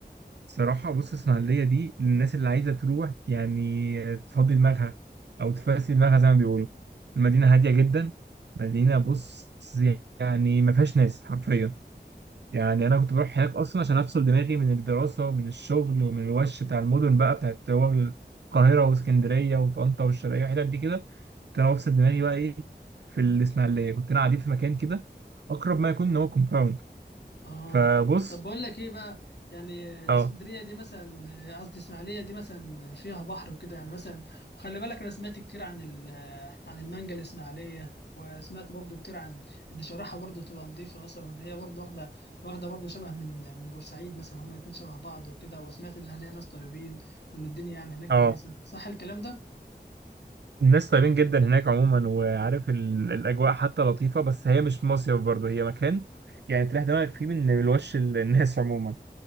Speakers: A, on the right; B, on the left.
A: صراحة بص اسماعيلية دي للناس اللي عايزة تروح يعني تفضي دماغها او تفسي دماغها زي ما بيقولوا المدينة هادية جدا مدينة بص يعني ما فيهاش ناس حرفيا يعني انا كنت بروح هناك اصلا عشان افصل دماغي من الدراسه ومن الشغل ومن الوش بتاع المدن بقى بتاعت هو القاهره واسكندريه وطنطا والشرقيه والحتت دي كده كنت انا بفصل دماغي بقى ايه في الاسماعيليه كنت انا قاعدين في مكان كده اقرب ما يكون ان هو كومباوند
B: اه
A: فبص
B: طب بقول لك ايه بقى يعني آه، الاسكندريه
A: اه
B: دي مثلا آه، قصدي اسماعيليه دي مثلا فيها بحر وكده يعني مثلا وخلي بالك انا سمعت كتير عن ال- آه، عن المانجا الاسماعيليه وسمعت برضو كتير عن ان شارعها برضو بتبقى نظيفه مثلا وان هي برضو واخده واخده برضو شبه من من بورسعيد مثلا هما الاتنين شبه بعض وكده وسمعت ان اهلها ناس طيبين وان الدنيا يعني هناك
A: اه
B: كويسه صح الكلام ده
A: الناس طيبين جدا هناك عموما وعارف ال- الاجواء حتى لطيفه بس هي مش مصيف برضه هي مكان يعني تريح دماغك فيه من الوش ال- الناس عموما